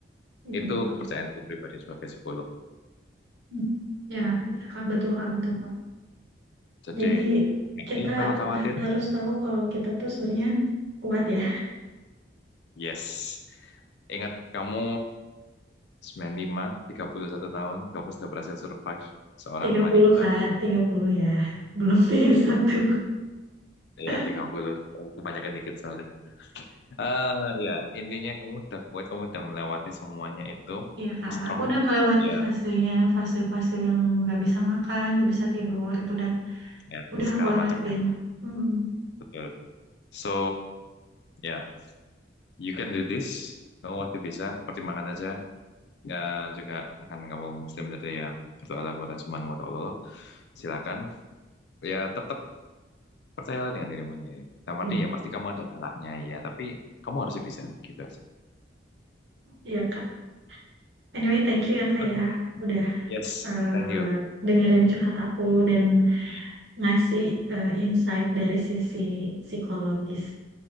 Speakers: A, on the right; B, on the left.
A: Iya,
B: Itu
A: betul.
B: kepercayaanku pribadi sebagai psikolog.
A: Hmm. Ya, ya, Kak, betul, Kak, betul, Kak.
B: Jadi,
A: Jadi
B: nggak
A: kita
B: perlu terlalu khawatir.
A: harus tahu kalau kita tuh sebenarnya kuat ya.
B: Yes. Ingat kamu sembilan lima tiga puluh satu tahun, kamu sudah berhasil survive seorang
A: Tiga
B: wanita.
A: puluh Kak. tiga puluh ya. Belum tiga puluh
B: ya
A: satu. <laughs>
B: ya tiga puluh Kebanyakan dikit, sorry. Eh ya, intinya kamu udah kuat, kamu udah melewati semuanya itu.
A: Iya, Kak.
B: Strong.
A: Aku udah melewati
B: Ya,
A: fasenya, fase-fase yang nggak bisa makan, nggak bisa tidur, itu udah
B: ya,
A: Udah
B: segala
A: aku lewatin.
B: macamnya.
A: Hmm,
B: Betul. So, ya, you can do this. Kamu pasti bisa, pertimbangan aja. Ya, juga kan kamu muslim jadi ya berdoalah kepada Subhanahu wa ta'ala. Silakan. Ya, tetap Percayalah dengan dirimu sendiri. Dalam
A: iya.
B: arti
A: <laughs>
B: ya pasti kamu ada salahnya ya, tapi kamu harus bisa gitu aja.
A: Iya, Kak. Anyway, thank you ya, Kak
B: Oke,
A: ya. Udah
B: Yes,
A: eh,
B: thank you.
A: dengerin curhat aku dan
B: Hmm.
A: ngasih eh, insight dari sisi psikologis.